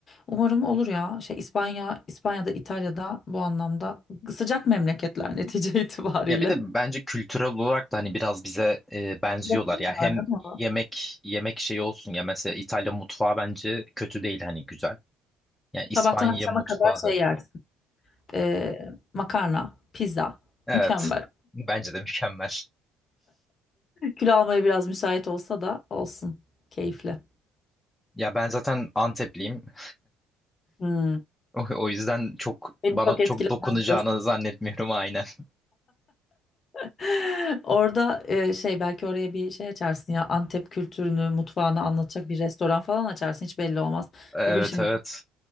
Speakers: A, on the left; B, in the centre.
A: Umarım olur ya. Şey İspanya, İspanya'da, İtalya'da bu anlamda sıcak memleketler <laughs> netice itibariyle.
B: Ya bir de bence kültürel olarak da hani biraz bize e, benziyorlar
A: Yakın
B: ya
A: var
B: hem
A: değil mi?
B: yemek yemek şeyi olsun ya mesela İtalya mutfağı bence kötü değil hani güzel. Yani İspanya
A: Sabahtan akşama
B: mutfağı
A: kadar
B: da
A: şey yersin. Ee, makarna, pizza.
B: evet
A: Mükemmel.
B: bence de mükemmel.
A: Kül almaya biraz müsait olsa da olsun. Keyifli.
B: Ya ben zaten Antepliyim. <laughs>
A: Hmm.
B: O, o yüzden çok
A: Beni
B: bana
A: çok etkilemez
B: çok dokunacağını
A: diyorsun.
B: zannetmiyorum aynen. <laughs>
A: <laughs> Orada e, şey belki oraya bir şey açarsın ya Antep kültürünü, mutfağını anlatacak bir restoran falan açarsın hiç belli olmaz.
B: Evet
A: Bugün şimdi
B: evet.